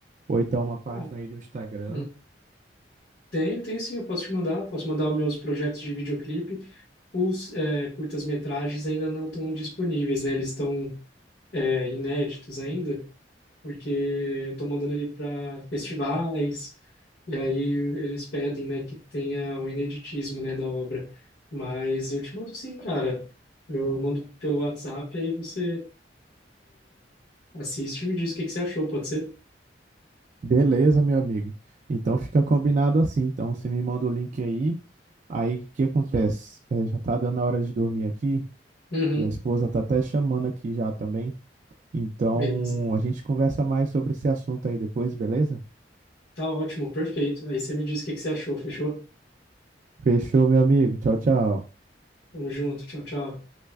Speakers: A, on the right; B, on the left.
A: ou então uma página
B: Ah,
A: aí no Instagram.
B: hum. Tem, tem sim, eu posso te mandar. Posso mandar os meus projetos de videoclipe. Os é, curtas-metragens ainda não estão disponíveis, né? Eles estão é, inéditos ainda. porque eu tô mandando ele para festivais, e aí eles pedem, né, que tenha o ineditismo, né, da obra. Mas eu te mando sim, cara. Eu mando pelo WhatsApp, aí você assiste e me diz o que que você achou, pode ser?
A: Beleza, meu amigo. Então fica combinado assim. Então você me manda o link aí. Aí o que acontece? É, já tá dando a hora de dormir aqui.
B: Uhum,
A: E a esposa tá até chamando aqui já também. Então,
B: beleza.
A: a gente conversa mais sobre esse assunto aí depois, beleza?
B: Tá ótimo, perfeito. Aí você me diz o que que você achou, fechou?
A: Fechou, meu amigo. Tchau, tchau.
B: Tamo junto, tchau, tchau.